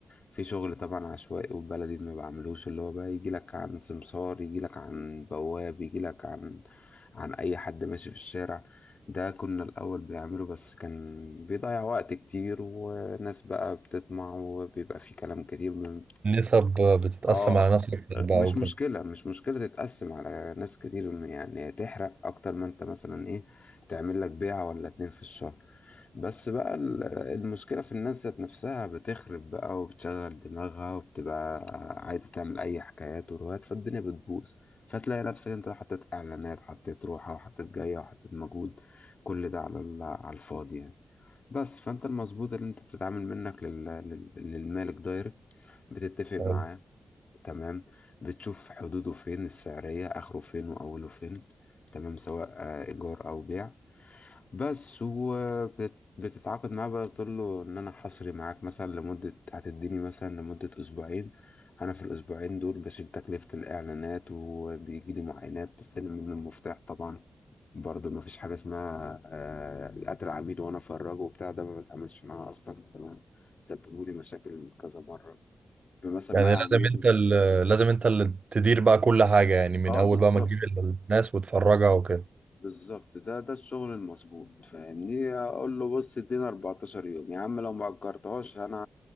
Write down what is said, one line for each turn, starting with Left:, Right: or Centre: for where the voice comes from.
Left: في شغل طبعا عشوائي وبلدي ما بعملوش اللي هو بقى يجي لك عن سمسار يجي لك عن بواب يجي لك عن عن اي حد ماشي في الشارع ده كنا الاول بنعمله بس كان بيضيع وقت كتير وناس بقى بتطمع وبيبقى في كلام كتير من
Right: النسب آه، بتتقسم
Left: اه
Right: على ناس أكتر بقى
Left: مش
Right: وكده
Left: مشكلة مش مشكلة تتقسم على ناس كتير يعني تحرق اكتر ما انت مثلا ايه تعمل لك بيعة ولا اتنين في الشهر بس بقى ال- المشكلة في الناس ذات نفسها بتخرب بقى وبتشغل دماغها وبتبقى عايزة تعمل أي حكايات وروايات فالدنيا بتبوظ فتلاقي نفسك أنت حطيت إعلانات حطيت روحة وحطيت جاية وحطيت مجهود كل ده على ال- على الفاضي يعني بس فأنت المظبوط اللي أنت بتتعامل منك لل... لل... للمالك دايركت بتتفق معاه
Right: حلو.
Left: تمام بتشوف حدوده فين السعرية آخره فين وأوله فين تمام سواء آه، إيجار أو بيع بس وبتتعاقد معاه بقى تقول له ان انا حصري معاك مثلا لمدة هتديني مثلا لمدة اسبوعين انا في الاسبوعين دول بشيل تكلفة الاعلانات وبيجي لي معاينات بستلم منه المفتاح طبعا برضه ما فيش حاجة اسمها آه، قتل عميل وانا افرجه وبتاع ده ما بتعاملش معاه اصلا كمان سببوا لي مشاكل كذا مرة مثلا
Right: يعني
Left: معايا
Right: لازم
Left: عميل
Right: انت ال- لازم انت اللي تدير بقى كل حاجة يعني من
Left: اه
Right: اول
Left: بالظبط
Right: بقى ما تجيب الناس وتفرجها وكده
Left: بالظبط ده ده الشغل المظبوط فاهمني اقول له بص ادينا 14 يوم يا عم لو ما اجرتهاش انا